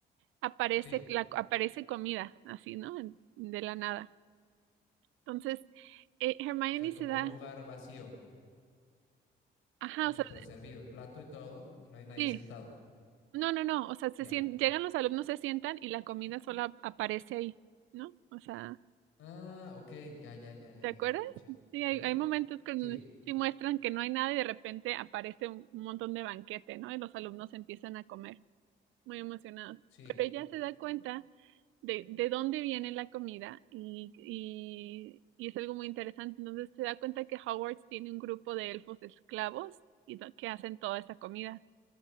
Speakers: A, on the right; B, on the left.
A: aparece,
B: sí,
A: la, aparece comida, así, ¿no? En- De la nada. Entonces, eh, Hermione
B: o sea, como
A: se da.
B: un lugar vacío,
A: Ajá,
B: o
A: o
B: sea,
A: sea,
B: pero servido el plato y todo, y no hay nadie
A: sí.
B: sentado.
A: No, no, no. O sea, se
B: Ya.
A: sien- llegan los alumnos, se sientan y la comida solo ap- aparece ahí, ¿no? O sea.
B: Ah, ok, ya, ya, ya, ya,
A: ¿Te acuerdas?
B: ya te caché.
A: Sí,
B: Ok.
A: hay, hay momentos que nos-
B: Sí,
A: sí muestran que no hay nada y de repente aparece un, un montón de banquete, ¿no? Y los alumnos empiezan a comer, muy emocionados.
B: sí,
A: Pero ella se da cuenta de, de dónde viene la comida y, y, y es algo muy interesante. Entonces se da cuenta que Hogwarts tiene un grupo de elfos esclavos y do- que hacen toda esa comida.